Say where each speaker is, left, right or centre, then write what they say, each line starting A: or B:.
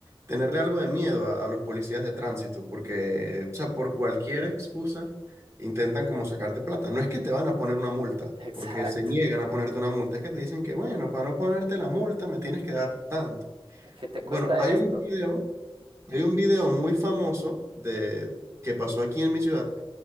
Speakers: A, on the right; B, on the right.
A: tenerle algo de miedo a, a los policías de tránsito, porque, o sea, por cualquier excusa intentan como sacarte plata. No es que te van a poner una multa,
B: <laughs> exacto,
A: porque se niegan a ponerte una multa, es que te dicen que, bueno, para no ponerte la multa me tienes que dar tanto.
B: es que te
A: Bueno,
B: cuesta
A: hay
B: esto.
A: un video. Hay un video muy famoso de, que pasó aquí en mi ciudad,